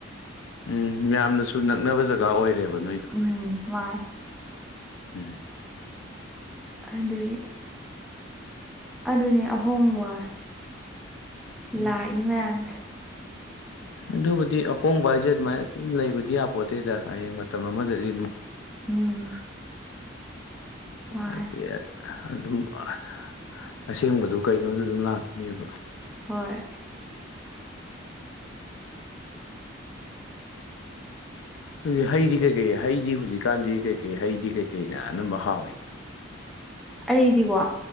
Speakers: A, on the left (about 75°); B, in the centre.
A: ꯎꯝ ꯌꯥꯝꯅꯁꯨ ꯅꯛꯅꯕ ꯖꯒꯥ ꯑꯣꯏꯔꯦꯕ ꯅꯣꯏꯗꯣ
B: ꯎꯝ ꯃꯥꯅꯦ
A: ꯎꯝ
B: ꯑꯗꯨꯒꯤ ꯑꯗꯨꯅꯦ ꯑꯍꯣꯡꯕꯁꯦ
A: ꯎꯝ
B: ꯂꯥꯛꯏ ꯃꯌꯥꯝꯁꯦ
A: ꯑꯗꯨꯕꯨꯗꯤ ꯑꯍꯣꯡꯕ ꯍꯥꯏꯁꯦ ꯑꯗꯨꯃꯥꯏꯅ ꯑꯗꯨꯝ ꯂꯩꯕꯗꯤ ꯌꯥꯄꯣꯠꯇꯦꯗ ꯍꯌꯦꯡ ꯃꯇꯝ ꯑꯃꯗꯗꯤ
B: ꯎꯝ ꯃꯥꯅꯦ
A: ꯑꯗꯨꯝ ꯑ <inaudible> ꯑ ꯑꯗꯨ <inaudible> ꯑꯁꯦꯡꯕꯗꯣ ꯀꯩꯅꯣꯗꯨ ꯑꯗꯨꯝ ꯂꯥꯛꯈꯤꯅꯦꯕ
B: ꯍꯣꯏ
A: ꯑꯗꯨ ꯍꯩꯗꯤ ꯀꯩꯀꯩ ꯍꯩꯗꯤ ꯍꯧꯖꯤꯛꯀꯥꯟꯗꯤ ꯀꯩꯀꯩ ꯍꯩꯗꯤ ꯀꯩꯀꯩꯅ ꯑꯅꯝꯕ ꯍꯥꯎꯏ
B: ꯑꯩꯗꯤꯀꯣ